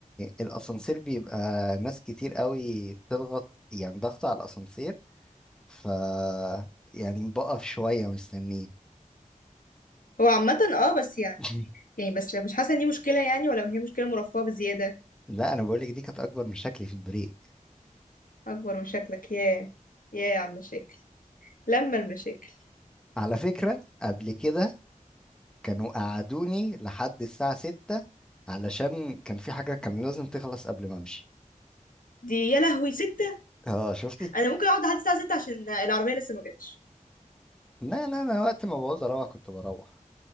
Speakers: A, in the centre; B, on the left (about 80°).
A: الاسانسير بيبقى ناس كتير قوي بتضغط يعني ضغط على الاسانسير ف يعني بقف شويه مستنيه
B: هو عامه اه بس يعني
A: <laughs>
B: يعني بس مش حاسه ان دي مشكله يعني ولا هي مشكله مرفهه بزياده
A: لا انا بقول لك دي كانت اكبر مشاكلي في البريك
B: اكبر مشاكلك ياه ياه يا عم مشاكل لما المشاكل
A: على فكره قبل كده كانوا قعدوني لحد الساعه 6 علشان كان في حاجه كان لازم تخلص قبل ما امشي
B: دي يا لهوي ستة
A: اه شفتي
B: انا ممكن اقعد لحد الساعه 6 عشان العربيه لسه ما جاتش
A: لا لا انا وقت ما بعوز اروح كنت بروح